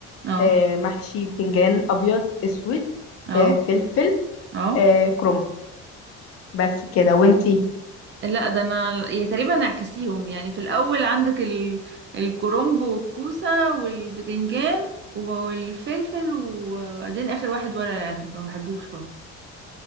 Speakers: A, on the right (about 40°); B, on the left (about 50°).
A: اه
B: إيه محشي بتنجان ابيض اسود
A: اه
B: إيه فلفل
A: اه
B: إيه كرنب بس كده وانتي
A: لا ده انا يا تقريبا نعكسيهم يعني في الاول عندك ال... الكرنب والكوسه والبتنجان والفلفل وبعدين اخر واحد ورق العنب ما بحبوش خالص